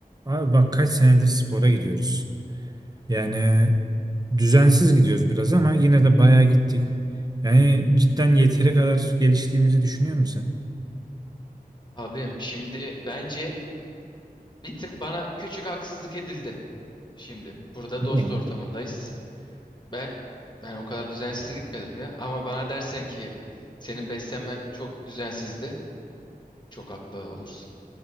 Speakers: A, on the right; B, on the left.
A: Abi bak kaç senedir spora gidiyoruz. Yani düzensiz gidiyoruz biraz ama yine de bayağı gittik. Yani cidden yeteri kadar geliştiğimizi düşünüyor musun?
B: Abim şimdi bence bir tık bana küçük haksızlık edildi. Şimdi burada
A: Niye?
B: dost ortamındayız. Ben ben o kadar düzensiz gitmedim ya. Ama bana dersen ki senin beslenmen çok düzensizdi. Çok haklı olursun.